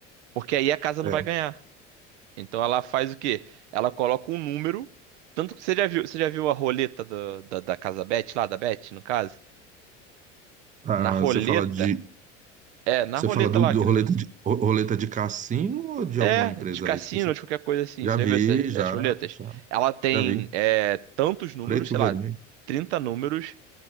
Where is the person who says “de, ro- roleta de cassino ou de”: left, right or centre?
Right